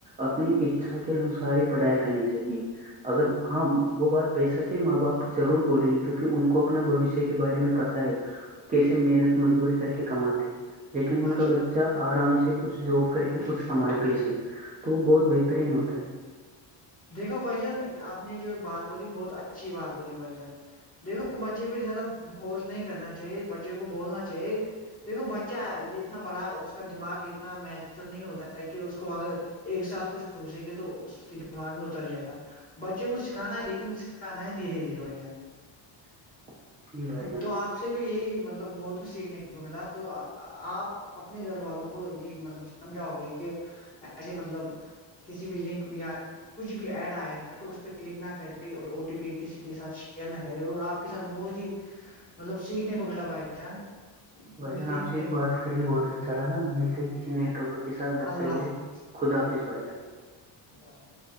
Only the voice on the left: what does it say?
ماشاء
اللہ بھائی جان۔
دیکھو بھ جان آپ نے جو بات بولی بہت اچھی بات بولی بھائی جان دیکو بچے پہ زیادہ فورس نہیں کرنا چاہیے بچے کو بولنا چاہیے دیکھو بچہ یہ اتنا بڑا اس کا دماغ اتنا نیچرل نہیں ہوتا ہے کہ اس کو اگر ایک ساتھ کچھ ٹھوسے گے تو اس کی دماغ میں اتر جائے گا بچے کو سکھانا ہے لیکن سکھانا ہے دھیرے دھیرے بھائی جان
تو آپ سے بھی یہی مطلب بہت کچھ سیکھنے کو ملا تو آپ اپنے گھر والوں کو یہ مطلب سمجھاؤ گے کہ ایسے مطلب کسی بلڈنگ کو یہاں کچھ بھی ایڈ آئے گا تو اس پہ کلک نہ کرے اور او ٹی پی کسی کے ساتھ شیئر نہ کرے اور آپ کے ساتھ بہت ہی مطلب سیکھنے کو ملا بھائی جان
ملتے
ہیں
اللہ
حافظ
اللہ حافظ